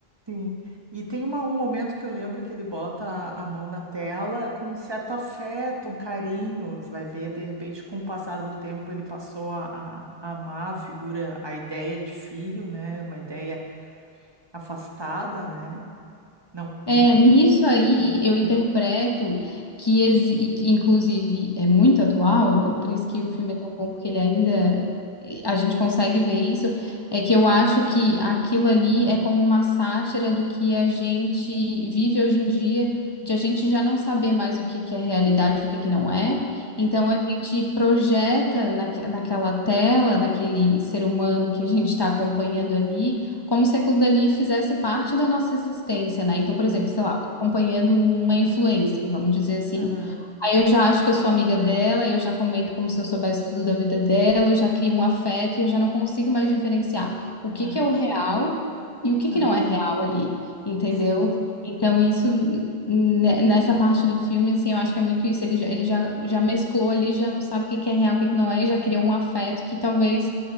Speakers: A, on the right (about 25°); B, on the left (about 25°).
A: Sim, e tem uma- um momento que eu lembro que ele bota a, a mão na tela com um certo afeto, um carinho. Você vai ver, de repente, com o passar do tempo, ele passou a, a- a amar a figura, a ideia de filho, né? Uma ideia afastada, né? Não. Uma...
B: É, nisso aí
A: Aham,
B: eu interpreto que, exi- que, inclusive, é muito atual, é por isso que
A: aham,
B: o filme é tão bom, porque ele ainda. A gente consegue ver isso. É que eu acho que aquilo ali é como uma sátira do que a gente vive hoje em dia, de a gente já não saber mais o que que é realidade, e o que que não é. Então a gente projeta naque- naquela tela, naquele ser humano que a gente está acompanhando ali como se aquilo dali fizesse parte da nossa existência, né? Então, por
A: aham,
B: exemplo, sei lá, eu tô acompanhando uma influencer, vamos dizer assim.
A: aham,
B: Aí eu já acho que eu sou amiga dela, eu já comento como se eu soubesse tudo da vida dela, eu já crio um afeto e eu já não consigo mais diferenciar o que
A: aham,
B: que é o real e o que
A: aham.
B: que não é real ali, entendeu?
A: Sim,
B: Então, isso, n- n- né, nessa parte do filme, assim, eu acho que é muito isso. Ele já, ele já, já mesclou ali, já não sabe o que que é real, o que que não é, e já criou um afeto que talvez